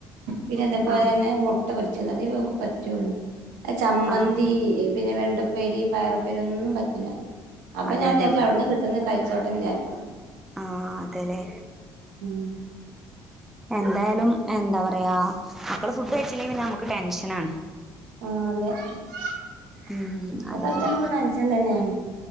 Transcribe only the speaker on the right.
പിന്നെ അതേപോലെതന്നെ
മൂ പൊരിച്ചത് അതേ ഓക്ക് പറ്റുള്ളൂ ആ ചമ്മന്തി
പിന്നെ വെണ്ടപ്പേരി പയറപ്പേരി ഒന്നും പറ്റില്ല അപ്പ
ഞാൻ
വിചാരിച്ച് അവിടുന്ന് കിട്ടുന്ന കഴിച്ചോട്ടെന്ന് വിചാരിക്കും
ഉം
ആ അതെ <unintelligible>
ടെൻഷൻ തന്നെയാണ്